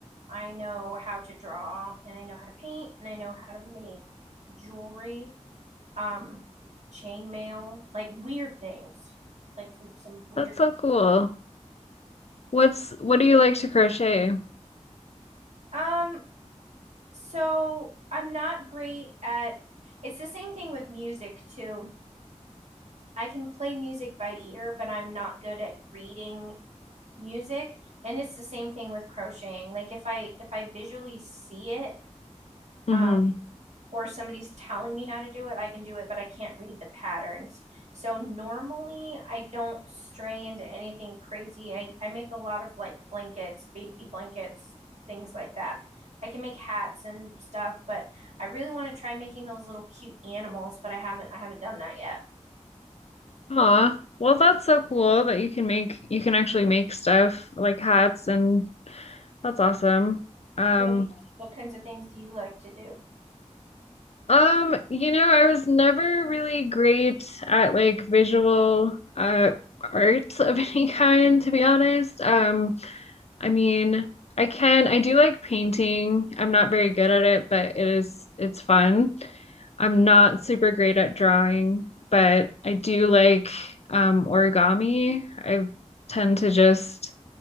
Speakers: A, on the right; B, on the left.
A: I know how to draw and I know how to paint and I know how to make jewelry, um, chain mail, like weird things, like some, some weird.
B: That's so cool. What's what do you like to crochet?
A: Um, So I'm not great at it's the same thing with music too. I can play music by ear, but I'm not good at reading music. And it's the same thing with crocheting. Like if I if I visually see it,
B: Mm-hmm.
A: um, or somebody's telling me how to do it, I can do it, but I can't read the patterns. So normally I don't stray into anything crazy. I, I make a lot of like blankets, baby blankets, things like that. I can make hats and stuff, but I really want to try making those little cute animals, but I haven't I haven't done that yet.
B: Aw, well, that's so cool that you can make you can actually make stuff like hats and that's awesome. Um,
A: What do you, what kinds of things do you like to do?
B: Um, you know, I was never really great at like visual uh art of <laughs> any kind, to be honest. Um, I mean, I can I do like painting. I'm not very good at it, but it is it's fun. I'm not super great at drawing, but I do like um origami. I tend to just